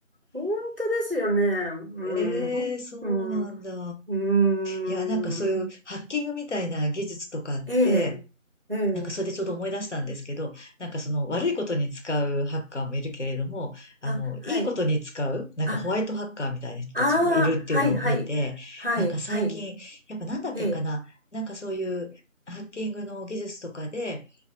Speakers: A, on the right (about 45°); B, on the left (about 60°).
A: 本当ですよね。うん。
B: ええ、
A: ほんうん。
B: そうなんだ。
A: うーん。
B: いや、なんかそういうハッキングみたいな技術とかって、
A: ええ、ええ。
B: なんかそれでちょうど思い出したんですけど、なんかその悪いことに使うハッカーもいるけれども、あの、
A: あ、はい。
B: いいことに使う、なんかホワイトハッカーみたいな人たちもいるっていうのを見て、
A: あ、ああ、はい、はい。はい、
B: なんか最近、
A: はい。
B: やっぱなんだってかな、
A: ええ、
B: なんかそういうハッキングの技術とかで、